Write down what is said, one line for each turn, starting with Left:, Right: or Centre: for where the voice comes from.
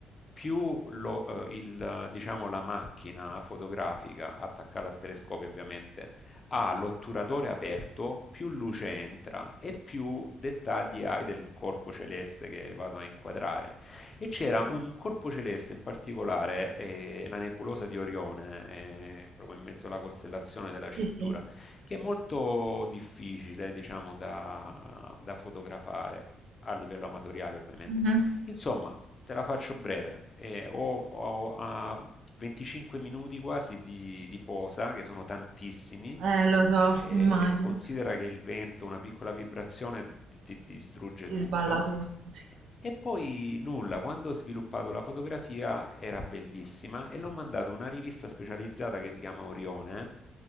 Left: più lo- eh, il, diciamo, la macchina fotografica attaccata al telescopio ovviamente ha l'otturatore aperto, più luce entra e più dettagli hai del corpo celeste che vado a inquadrare. E c'era un corpo celeste in particolare, eh, la nebulosa di Orione, eh, proprio in mezzo alla costellazione della
Right: Sì,
Left: Cintura,
Right: sì.
Left: che è molto difficile, diciamo, da da fotografare a livello amatoriale, ovviamente.
Right: Mhm.
Left: Insomma, te la faccio breve. eh, ho, ho, ah, 25 minuti quasi di, di posa, che sono tantissimi.
Right: Eh, lo so,
Left: eh,
Right: immagino.
Left: considera che il vento, una piccola vibrazione ti, ti- ti distrugge
Right: Si
Left: tutto.
Right: sballa tutto, sì.
Left: E poi nulla, quando ho sviluppato la fotografia era bellissima e l'ho mandato a una rivista specializzata che si chiama Orione